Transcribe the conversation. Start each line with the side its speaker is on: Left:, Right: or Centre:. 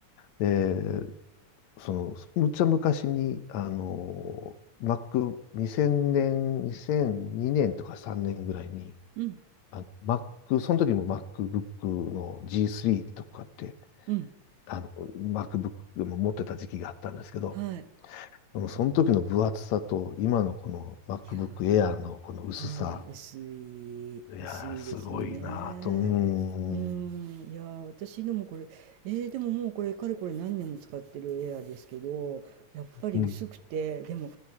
Left: で、その、むっちゃ昔に、あの、Mac、2000年、2002年とか3年ぐらいに、
Right: うん
Left: あの、Mac、その時も MacBook の G3 とかって、
Right: うん
Left: あの、MacBook も持ってた時期があったんですけど、
Right: はい。
Left: でもその時の分厚さと、今のこの MacBook
Right: いや
Left: Air のこの薄さ、
Right: ー。はい。薄い、
Left: いやー、
Right: 薄いですよね。
Left: すごいなぁと、うーん、
Right: うーん、いやー私のもこれ、えーでももうこれかれこれ何年も使ってるエアーですけどやっぱり薄くてでも
Left: うん、